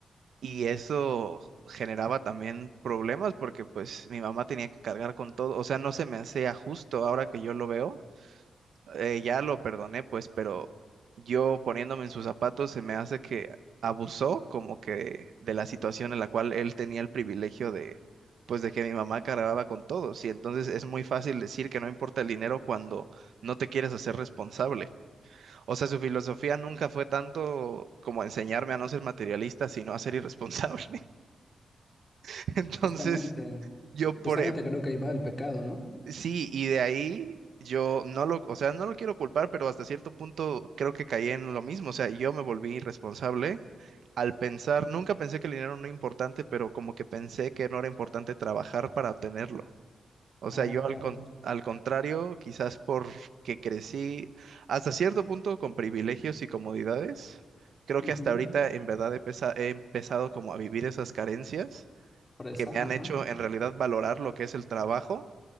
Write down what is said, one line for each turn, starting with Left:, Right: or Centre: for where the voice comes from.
Right: Y eso generaba también problemas porque pues mi mamá tenía que cargar con todo. O sea, no se me hacía justo ahora que yo lo veo eh, ya lo perdoné, pues, pero yo poniéndome en sus zapatos se me hace que abusó como que de la situación en la cual él tenía el privilegio de, pues, de que mi mamá cargaba con todos. Y entonces es muy fácil decir que no importa el dinero cuando no te quieres hacer responsable. O sea, su filosofía nunca fue tanto como enseñarme a no ser materialista, sino a ser irresponsable. <laughs> Entonces...
Left: Justamente,
Right: Yo por,
Left: justamente
Right: e,
Left: creo que ahí va el pecado, ¿no?
Right: Sí, y de ahí yo no lo, o sea, no lo quiero culpar, pero hasta cierto punto creo que caí en lo mismo. O sea, yo me volví irresponsable al pensar, nunca pensé que el dinero no era importante, pero como que pensé que no era importante trabajar para obtenerlo. O sea,
Left: Ah,
Right: yo
Left: claro.
Right: al, con- al contrario, quizás porque crecí hasta cierto punto con privilegios y comodidades, creo
Left: Ujú.
Right: que hasta ahorita en verdad he, pesa- he empezado como a vivir esas carencias
Left: Presa,
Right: que me han
Left: ajá.
Right: hecho en realidad valorar lo que es el trabajo